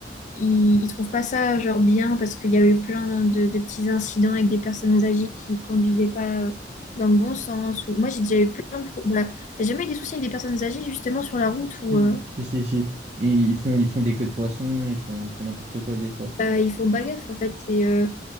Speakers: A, on the left; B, on the right.
A: ils, ils trouvent pas ça genre bien parce qu'il y a eu plein de, de petits incidents avec des personnes âgées qui conduisaient pas euh, dans le bon sens. Ou... Moi, j'ai déjà eu plein de... pro- Bah, t'as jamais eu des soucis avec des personnes âgées justement sur la route où
B: Si,
A: euh,
B: si, si, si. Et Ils font, ils font des queues de poisson, ils font, ils font n'importe quoi des fois.
A: bah, ils font pas gaffe en fait. Et, euh,